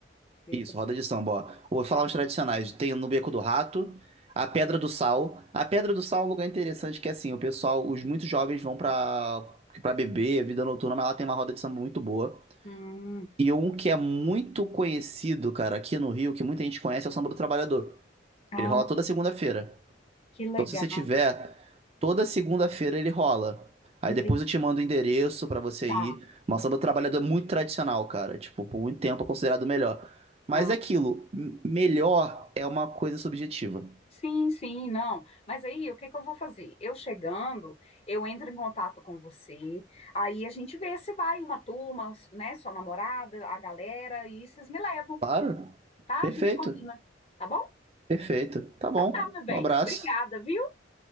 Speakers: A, on the left; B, on the right.
A: Beco
B: Isso,
A: do
B: roda de samba, ó. Vou falar
A: Rato.
B: os tradicionais. Tem no Beco do Rato, a Pedra do Sal. A Pedra do Sal é um lugar interessante que assim, o pessoal, os muitos jovens vão pra para beber, vida noturna, mas lá tem uma roda de samba muito boa.
A: Hum,
B: E um que é muito conhecido, cara, aqui no Rio, que muita gente conhece, é o Samba do Trabalhador.
A: ah,
B: Ele rola toda segunda-feira.
A: que legal.
B: Então, se você tiver, toda segunda-feira ele rola. Aí
A: Entendi.
B: depois eu te mando o endereço pra você
A: Tá.
B: ir. Mas o Samba do Trabalhador é muito tradicional, cara. Tipo, por muito tempo é considerado o melhor. Mas
A: Ah,
B: é aquilo, m- melhor é uma coisa subjetiva.
A: sim, sim, não. Mas aí, o que que eu vou fazer? Eu chegando, eu entro em contato com você, aí a gente vê se vai uma turma, né? Sua namorada, a galera, e vocês me levam,
B: Claro?
A: tá?
B: Perfeito.
A: A gente combina. Tá bom?
B: Perfeito. Tá bom.
A: Tá, meu bem.
B: Um abraço.
A: Obrigada, viu?